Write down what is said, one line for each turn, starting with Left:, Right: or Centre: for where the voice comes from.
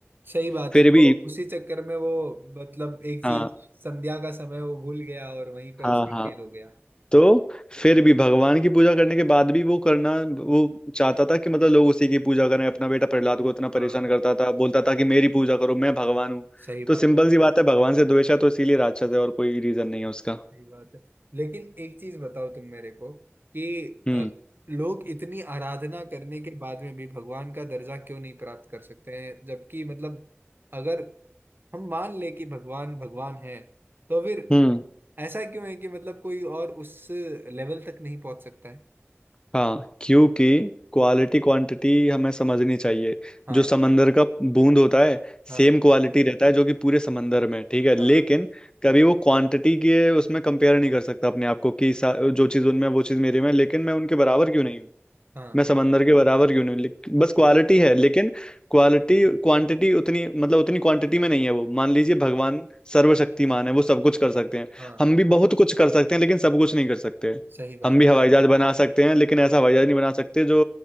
Right: सही बात
Left: फिर
Right: है तो
Left: भी
Right: उसी चक्कर में वो मतलब एक
Left: हाँ
Right: चीज संध्या का समय वो भूल गया और वहीं पे
Left: हाँ
Right: उसका
Left: हाँ
Right: खेल हो गया
Left: तो फिर भी भगवान की पूजा करने के बाद भी वो करना वो चाहता था कि मतलब लोग उसी की पूजा करें अपना बेटा प्रहलाद को इतना
Right: हाँ
Left: परेशान करता था बोलता था कि मेरी पूजा करो मैं भगवान हूँ
Right: सही
Left: तो
Right: बात
Left: सिंपल
Right: है
Left: सी बात है भगवान से द्वेष है तो इसीलिए राक्षस है और कोई रीजन नहीं है उसका
Right: सही बात है लेकिन एक चीज बताओ तुम मेरे को कि
Left: हम्म
Right: अ, लोग इतनी आराधना करने के बाद में भी भगवान का दर्जा क्यों नहीं प्राप्त कर सकते हैं जबकि मतलब अगर हम मान ले कि भगवान भगवान है तो फिर
Left: हम्म
Right: ऐसा क्यों है कि मतलब कोई और उस लेवल तक नहीं पहुंच सकता है
Left: हाँ क्योंकि क्वालिटी क्वांटिटी हमें समझनी चाहिए
Right: हाँ
Left: जो समंदर का बूंद होता है
Right: हाँ
Left: सेम क्वालिटी रहता है जो कि पूरे समंदर में ठीक है लेकिन
Right: हाँ
Left: कभी वो क्वांटिटी के उसमें कंपेयर नहीं कर सकता अपने आप को कि सा- जो चीज़ उनमें है, वो चीज़ मेरे में है, लेकिन मैं उनके बराबर क्यों नहीं हूँ
Right: हाँ
Left: मैं समंदर के बराबर क्यों नहीं लिख- बस क्वालिटी
Right: हाँ
Left: है लेकिन क्वालिटी क्वांटिटी उतनी मतलब उतनी क्वांटिटी में नहीं है वो मान लीजिए भगवान सर्वशक्तिमान है वो सब कुछ कर सकते हैं
Right: हाँ
Left: हम भी बहुत कुछ कर सकते हैं लेकिन सब कुछ नहीं कर सकते
Right: सही बात
Left: हम भी हवाई
Right: है
Left: जहाज बना सकते हैं लेकिन ऐसा हवाई जहाज नहीं बना सकते जो